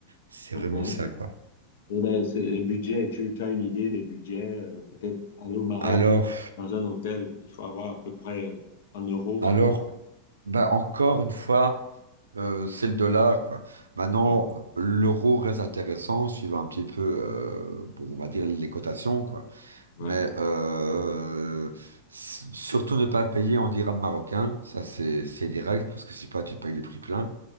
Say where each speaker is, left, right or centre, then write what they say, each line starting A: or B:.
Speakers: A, on the right; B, on the left.
A: C'est
B: Ok.
A: vraiment ça, quoi.
B: Et ben c'est les budgets, tu, tu as une idée des budgets, euh, peut-être aller au Maroc
A: Alors,
B: dans un hôtel, il faut avoir à peu près en euros
A: alors,
B: ou en dollars.
A: bah encore une fois, euh, c'est le dollar, quoi. Maintenant,
B: Ouais,
A: l'euro reste intéressant, suivant un petit peu, euh, bon, on va dire les cotations, quoi.
B: ouais,
A: Mais euh, s- surtout ne pas payer en dirham marocain, ça c'est c'est direct, parce que si pas, tu payes les prix pleins.